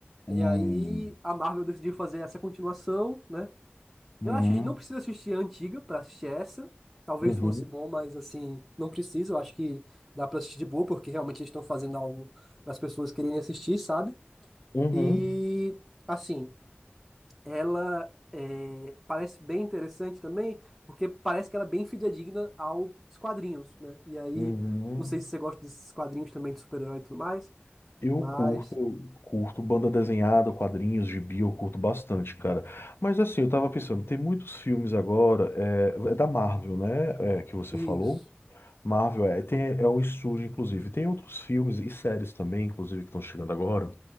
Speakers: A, on the left (about 70°); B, in the centre.
A: Hum,
B: E aí a Marvel decidiu fazer essa continuação, né?
A: uhum.
B: Eu acho que a gente não precisa assistir a antiga pra assistir essa. Talvez
A: Uhum.
B: fosse bom, mas assim, não precisa. Eu acho que dá pra assistir de boa, porque realmente eles estão fazendo algo para as pessoas quererem assistir, sabe?
A: Uhum.
B: E assim, ela é, parece bem interessante também, porque parece que ela é bem fidedigna aos quadrinhos, né? E aí,
A: Uhum.
B: não sei se você gosta desses quadrinhos também de super-herói e tudo mais,
A: Eu
B: mas
A: curto, curto banda desenhada, quadrinhos, gibi, eu curto bastante, cara. Mas assim, eu tava pensando, tem muitos filmes agora, é, é da Marvel, né? É, que você
B: isso.
A: falou. Marvel é, tem, é um estúdio, inclusive. Tem outros filmes e séries também, inclusive, que estão chegando agora